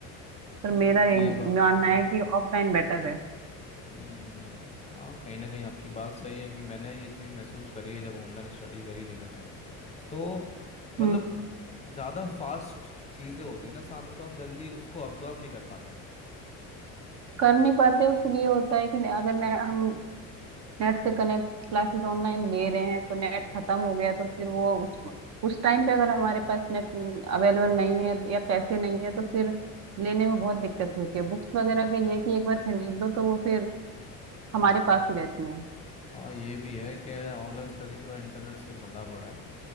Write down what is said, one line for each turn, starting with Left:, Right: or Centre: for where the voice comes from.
Right: पर
Left: हम्म
Right: मेरा ये
Left: ये बात
Right: मानना
Left: हाँ
Right: है कि ऑफलाइन बेटर है
Left: हम्म हाँ कहीं ना कहीं आपकी बात सही है कि मैंने ये चीज़ महसूस करी है जब ऑनलाइन स्टडी करी थी मैंने तो मतलब
Right: हम्म
Left: ज़्यादा फास्ट चीज़ें होती है ना सामने तो हम जल्दी उसको अब्जॉर्ब नहीं कर पाते
Right: कर नहीं पाते हो फिर ये होता है कि ने- अगर ने, हम नेट से कनेक्ट क्लासेस ऑनलाइन ले रहे हैं तो नेट
Left: हम्म
Right: खत्म हो गया तो फिर वो उस उस टाइम पे अगर हमारे पास नेट अवेलेबल नहीं है या पैसे नहीं है तो फिर लेने में बहुत दिक्कत होती है बुक्स वगैरह का ये है कि एक बार खरीद लो तो वो फिर हमारे
Left: हम्म,
Right: पास ही रहती हैं
Left: हाँ ये भी है कि ऑनलाइन स्टडी थोड़ा इंटरनेट से बंधा पड़ा है